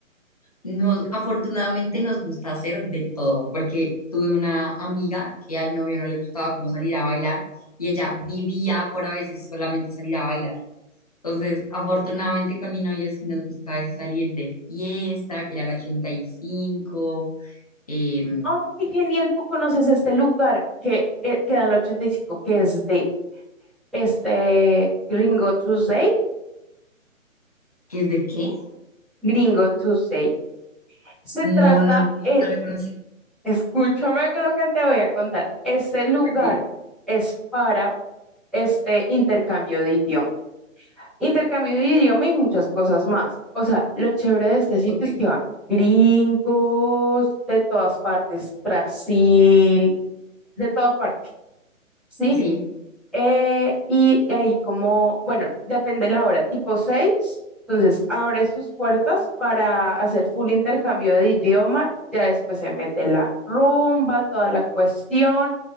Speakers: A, on the left; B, in the centre.
A: Nos, afortunadamente nos gusta hacer de todo, porque tuve una amiga que al novio no le gustaba cómo salir a bailar y ella vivía por a veces solamente salir a bailar. Entonces, afortunadamente con mi novio sí nos gusta a veces salir de fiesta, que era el 85, eh,
B: ¡Ay, genial! Tú conoces este lugar que eh, queda en la 85 que es de este Gringo Tuesday.
A: ¿qué es de qué?
B: Gringo Tuesday. Se
A: No,
B: trata,
A: no, nunca
B: eh,
A: lo he conocido.
B: Escúchame lo que te voy a contar. Este lugar
A: Ok,
B: es para este intercambio de idioma. Intercambio de idioma y muchas cosas más. O sea, lo chévere de este sitio
A: ok.
B: es que van gringos de todas partes, Brasil, de toda parte, ¿sí?
A: Sí,
B: Eh, y ahí como, bueno, depende la hora, tipo 6, entonces abre sus puertas para hacer full intercambio de idioma, ya después se mete la rumba, toda la cuestión.